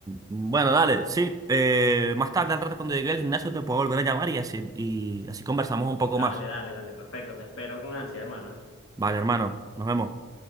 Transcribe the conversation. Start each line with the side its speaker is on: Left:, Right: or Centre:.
Right: Bueno, dale, sí. eh, más tarde, al rato, cuando llegue al gimnasio, te puedo volver a llamar y así, y así conversamos un poco
Left: Dale,
Right: más.
Left: dale, dale, perfecto. Te espero con ansia, hermana.
Right: Vale, hermano, nos vemos.